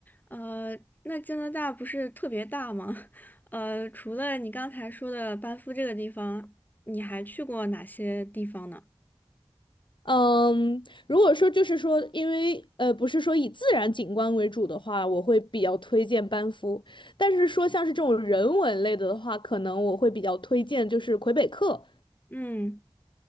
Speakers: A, on the left (about 20°); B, on the left (about 55°).
A: 呃，那加拿大不是特别大吗？<laughs> 呃，除了你刚才说的班夫这个地方，你还去过哪些地方呢？
B: 嗯，如果说就是说，因为呃不是说以自然景观为主的话，我会比较推荐班夫。但是说像是这种人文类的的话，可能我会比较推荐就是魁北克。
A: 嗯，